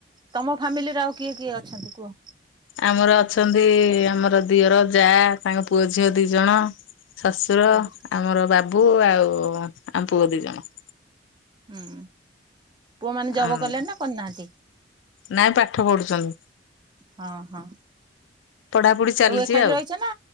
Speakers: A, on the right; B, on the left.
A: ତମ ଫ୍ୟାମିଲିରେ ଆଉ କିଏ କିଏ ଅଛନ୍ତି କୁହ?
B: ଆମର ଅଛନ୍ତି ଆମର ଦିଅର ଯା ତାଙ୍କ ପୁଅ ଝିଅ ଦି ଜଣ ଶଶୁର
A: ହୁଁ
B: ଆମର ବାବୁ ଆଉ ଆମ ପୁଅ ଦି ଜଣ।
A: ହୁଁ ପୁଅ ମାନେ ଜବ
B: ଆଉ
A: କଲେଣି ନା କରିନାହାନ୍ତି?
B: ନାଇଁ ପାଠ ପଢୁଛନ୍ତି।
A: ହଁ ହଁ
B: ପଢାପଢି ଚାଲିଛି
A: ସବୁ ଏକାଠି
B: ଆଉ
A: ରହିଛ ନା